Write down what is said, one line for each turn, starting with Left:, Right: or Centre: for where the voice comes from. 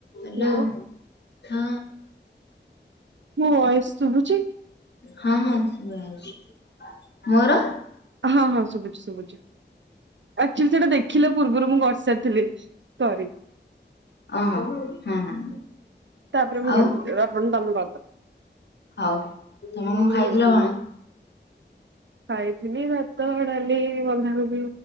Left: Hello
Right: hello
Left: ହଁ।
Right: ମୋ voice ଶୁଭୁଚି।
Left: ହଁ ହଁ ଶିଭାଯାଉଚି ମୋର?
Right: ହଁ ହଁ ଶୁଭୁଚି ଶୁଭୁଚି ଆକଚୁଲି ସେଟା ଦେଖିଲେ ପୂର୍ବରୁ ମୁଁ ଗଢ଼ିସାରିଥିଲି ସରି।
Left: ଓହୋ ହଁ ହଁ।
Right: ତାପରେ ମୁଁ
Left: ଆଉ
Right: ଗଢିଥି <unintelligible> ତମୁ <unintelligible>
Left: ହଉ ତମେ କଣ ଖାଇଥିଲ
Right: ହୁଁ।
Left: କଣ
Right: ଖାଇଥିଲି ଭାତ, ଡାଲି, ବନ୍ଧାକୋବି